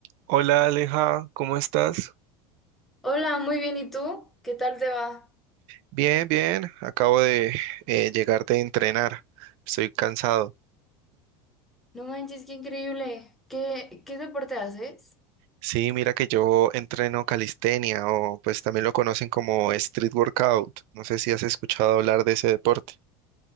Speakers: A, on the right (about 45°); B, in the centre.
A: Hola Aleja, ¿cómo estás?
B: Hola, muy bien. ¿Y tú? ¿Qué tal te va?
A: Bien, bien, acabo de eh, llegar de entrenar, estoy cansado.
B: No manches, qué increíble. ¿Qué, qué deporte haces?
A: Sí, mira que yo entreno calistenia o pues también lo conocen como street workout, no sé si has escuchado hablar de ese deporte.